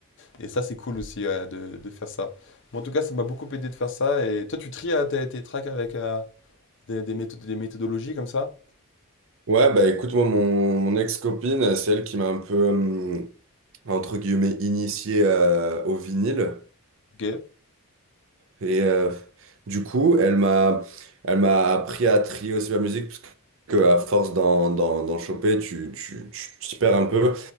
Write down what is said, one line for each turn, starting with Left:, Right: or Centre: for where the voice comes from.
Left: Et ça, c'est cool aussi ouais, de, de faire ça. Bon, en tout cas, ça m'a beaucoup aidé de faire ça. Et toi, tu tries euh, tes, tes tracks avec euh, des, des méthodes, des méthodologies comme ça?
Right: Ouais, bah écoute, moi, mon, mon ex-copine, c'est elle qui m'a un peu, hum, entre guillemets, initié euh, au vinyle.
Left: Ok,
Right: Et euh, du coup, elle m'a, elle m'a appris à trier aussi ma musique, parce que à force d'en d'en- d'en choper, tu, tu, tu- tu t'y perds un peu.